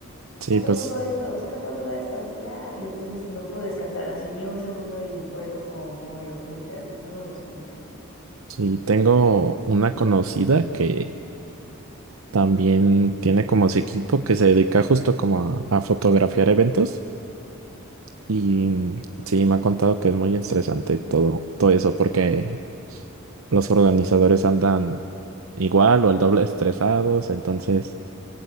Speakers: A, on the right; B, on the left.
A: Sí,
B: saca
A: pues
B: foto de esto, saca foto de esto, así, ah, y entonces no pude descansar así ni un segundo y fue como muy, muy feo, no me gustó mucho.
A: sí, tengo una conocida que también tiene como su equipo que se dedica justo como a, a fotografiar eventos. Y sí, me ha contado que es muy estresante todo, todo eso, porque los organizadores andan igual o el doble <laughs> estresados, entonces